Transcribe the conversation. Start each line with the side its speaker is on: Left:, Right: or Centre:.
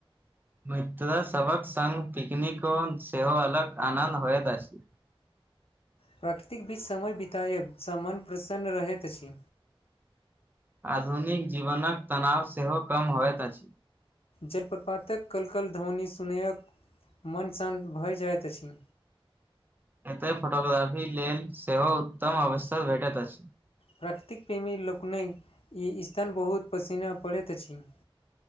Right: मित्र सभक संगङ्ग पिकनिको सेहो अलग आनन्द होइत अछि।
Left: प्रकृतिक बीच समय बिताएब स मन प्रसन्न रहैत अछि।
Right: आधुनिक जीवनक तनाव सेहो कम होइत अछि।
Left: जलप्रपातक कलकल ध्वनि सुनयक मन शान्त भई जाइत अछि
Right: एत फोटोग्राफी लेल सेहो उत्तम अवसर भेटैत अछि
Left: प्राकृतिक प्रेमी लोकनिक ई स्थान बहुत पसीना पड़ैत अछि <inaudible>